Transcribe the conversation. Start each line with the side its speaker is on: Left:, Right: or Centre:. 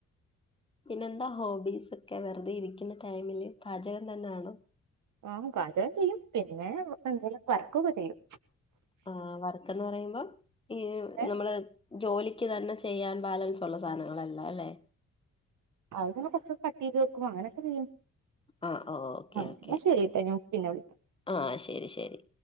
Left: പിന്നെന്താ ഹോബീസ് ഒക്കെ, വെറുതെ ഇരിക്കുന്ന ടൈമില് പാചകം തന്നെയാണോ?
Right: ആഹാ പാചകം ചെയ്യും, പിന്നെ എന്തേലും വർക്കൊക്കെ ചെയ്യും.
Left: ആഹാ വർക്കന്ന് പറയുമ്പോ? ഈ
Right: ഏ
Left: നമ്മള് ജോലിക്ക് തന്നെ ചെയ്യാൻ ബാലൻസ് ഉള്ള സാനങ്ങളല്ല അല്ലെ?
Right: അത് പിന്നെ കൊറച്ചൊക്കെ കട്ട് ചെയ്ത് വെക്കും അങ്ങനൊക്കെ ചെയ്യും.
Left: ആഹ് ഓ ഓക്കെ
Right: ആ,
Left: ഓക്കെ
Right: ന്നശരിട്ടാ. ഞാൻ പിന്നെ വിളിക്കാം.
Left: ആഹ് ശെരി ശെരി.